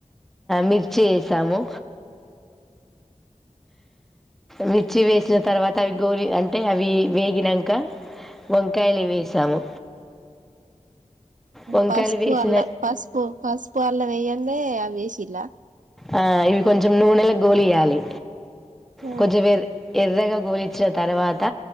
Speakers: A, in the centre; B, on the right (about 75°).
A: మిర్చి వేసాము మిర్చి వేసిన తర్వాత అవి గోలి అంటే అవి వేగినాక వంకాయలు వేసాము వంకాయలు
B: పసుపు
A: వేసిన
B: అల్ల పసుపు పసుపు అల్లం వెయ్యందే అ వేసిలా
A: ఆ ఇవి కొంచెం నూనెల గోలు ఇయాలి
B: ఆ
A: కొంచెంవే ఎర్రగా గోలిచ్చిన తర్వాత